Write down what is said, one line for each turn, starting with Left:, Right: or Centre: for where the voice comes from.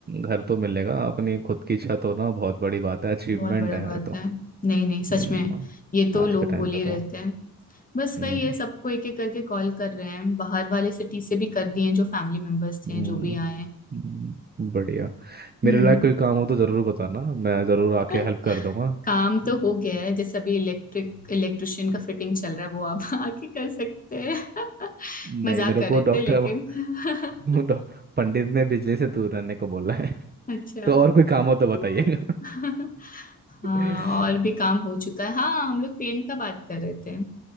Right: घर तो मिलेगा अपनी खुद की छत होना बहुत बड़ी बात है अचीवमेंट
Left: बहुत बड़ा
Right: है
Left: बात
Right: ये तो
Left: है नहीं नहीं
Right: हम्म
Left: सच में ये तो
Right: आज
Left: लोग
Right: के टाइम
Left: बोल
Right: पे
Left: ही
Right: तो
Left: रहते हैं बस
Right: हम्म
Left: वही है सबको एक एक करके कॉल कर रहे हैं बाहर वाले सिटी से भी कर दिए हैं जो फैमिली मेंबर्स
Right: हम्म
Left: थे जो भी आए हैं
Right: हम्म, बढ़िया मेरे
Left: हम्म
Right: लायक कोई काम हो तो ज़रूर बताना मैं ज़रूर आके
Left: <laughs>
Right: हेल्प कर दूंगा
Left: काम तो हो गया है जैसे अभी इलेक्ट्रिक इलेक्ट्रिशियन का फिटिंग चल रहा है वो आप <laughs> आके कर सकते हैं <laughs> मजाक
Right: नहीं मेरे
Left: कर
Right: को
Left: रहे
Right: डॉक्टर
Left: थे लेकिन
Right: वो
Left: <laughs>
Right: <laughs> डॉ- पंडित ने बिजली से दूर रहने को बोला
Left: अच्छा
Right: तो और कोई काम हो तो
Left: हम्म।
Right: बताइएगा
Left: <laughs> हाँ
Right: <laughs>
Left: और भी काम हो चुका है हाँ हम लोग पेंट का बात कर रहे थे